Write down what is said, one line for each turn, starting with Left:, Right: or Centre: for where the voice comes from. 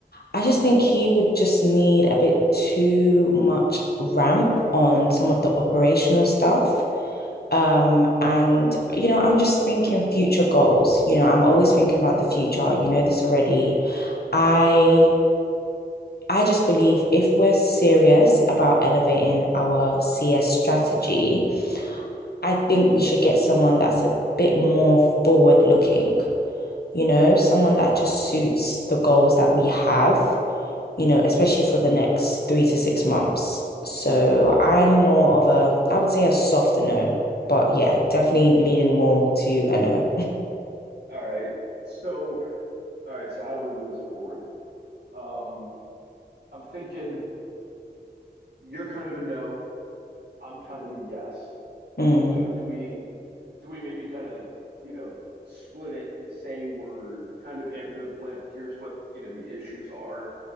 Left: I just think he would just need a bit too much ramp on some of the operational stuff. Um, and, you know, I'm just thinking future goals. You know, I'm always thinking about the future. You know this already. I I just believe if we're serious about elevating our CS strategy, I think we should get someone that's a bit more forward looking, you know, someone that just suits the goals that we have you know, especially for the next three to six months. So I'm more of a, I would say a soft no, but yeah, definitely leaning more to a no.
Right: All right. So, all right, so how do we move this forward? Um, I'm thinking you're kind of a no, I'm kind of a yes.
Left: Mm.
Right: You know, do we do we maybe kind of you know split it and say we're kind of ambivalent here's what you know the issues are